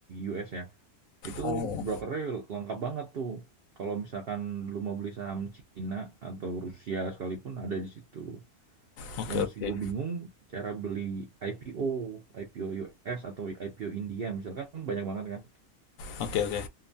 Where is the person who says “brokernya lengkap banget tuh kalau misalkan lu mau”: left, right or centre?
Right